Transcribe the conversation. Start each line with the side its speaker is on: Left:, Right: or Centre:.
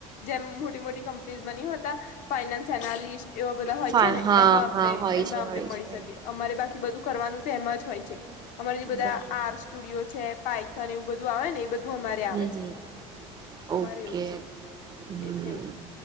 Left: જેમ મોટી મોટી કંપનીઝ માં ની હતા ફાઈનાન્સ એનાલિસ્ટ એવા બધા હોય
Right: હા
Left: છે ને
Right: હા
Left: એમાં અમને
Right: હા હોય
Left: એમાં
Right: છે
Left: અમને
Right: હોય
Left: મળી
Right: છે
Left: શકે. અમારે બાકી બધું કરવાનું તે એમાં જ હોય છે, અમાર જે બધા
Right: બરાબર
Left: આર્સ સ્ટુડિયો છે, પાયથન એવું બધું આવે ને એ બધું અમારે આવે
Right: હમ
Left: છે,
Right: હમ
Left: અમારે
Right: ઓકે
Left: એવું છે.
Right: હમ
Left: એટલે